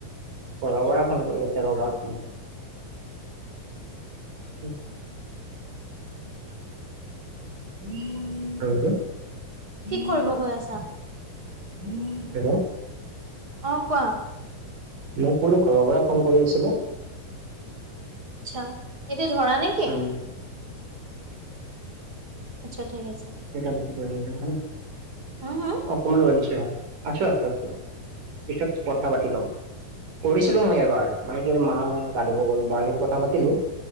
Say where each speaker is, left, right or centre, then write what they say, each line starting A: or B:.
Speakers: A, on the right (about 60°); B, on the right (about 25°).
A: ঘৰৰ পৰা ফোন কৰি আছে <unintelligible> <unintelligible>
B: কি কৰিব
A: <unintelligible>
B: গৈ আছা
A: হেল্লো
B: অ কোৱা?
A: মোক বোলো ঘৰৰ পৰা ফোন কৰি আছিলে।
B: আচ্ছা এতিয়া ধৰা নেকি?
A: উম
B: আচ্ছা ঠিক আছে
A: কেইটা বাজিলে ৰবা হা
B: হম হম
A: অকমান ৰাগিছে হা। আছো আছো আছো পিছত কথা পাতি ল'ম। কৰিছিলো মই এবাৰ মানে কি মা গা ধোৱ গ'ল বাৰ লগত কথা পাতিলো।